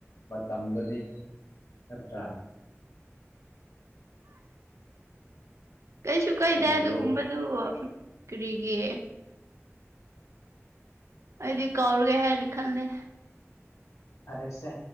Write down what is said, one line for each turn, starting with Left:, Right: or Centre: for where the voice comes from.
Left: ꯃꯇꯝꯗꯅꯤ ꯅꯠꯇ꯭ꯔ
Right: ꯀꯩꯁꯨ ꯀꯩꯗꯦ
Left: ꯆꯨꯝꯗ꯭ꯔꯣ
Right: ꯑꯗꯨꯒꯨꯝꯕꯗꯨ ꯀꯨꯔꯤꯒꯤ ꯑꯩꯗꯤ ꯀꯥꯎꯔꯒꯦ ꯍꯥꯏꯅ ꯈꯟꯂꯦ
Left: ꯐꯔꯦꯁꯦ